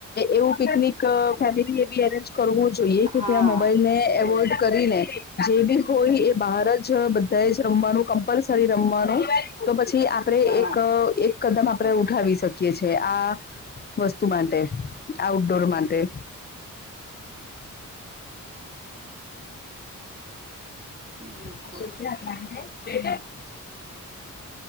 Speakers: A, on the left (about 30°); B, on the right (about 20°).
A: એવું પિકનિક ફેમિલીએ બી એરેન્જ કરવું જોઈએ કે
B: હા
A: ત્યાં મોબાઈલ ને
B: જોઈએ
A: એવોઈડ કરીને જે બી હોય એ જ બહારજ જ બધાએ જ રમવાનું કમ્પલસરી રમવાનું તો પછી આ આપરે
B: હા
A: એક એક કદમ આપણે ઉઠાવી શકીએ છે આ તું માટે, આઉટડોર માટે
B: બિલકુલ
A: <inaudible> <inaudible> <unintelligible> જો તમે